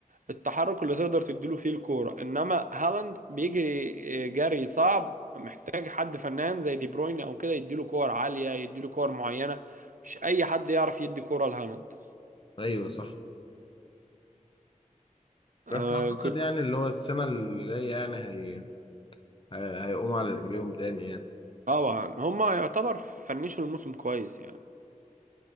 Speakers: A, on the right; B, on the left.
A: التحرك اللي تقدر تديله فيه الكوره انما هالاند بيجري آه، جري صعب محتاج حد فنان زي دي بروين او كده يديله كور عاليه يديله كور معينه مش اي حد يعرف يدي كوره لهالاند
B: ايوه صح
A: آه
B: بس اعتقد
A: كنت
B: يعني اللي هو السنه اللي جايه يعني هي... هي... هيقوموا على رجليهم تاني يعني
A: طبعا هما يعتبر فنشوا الموسم كويس يعني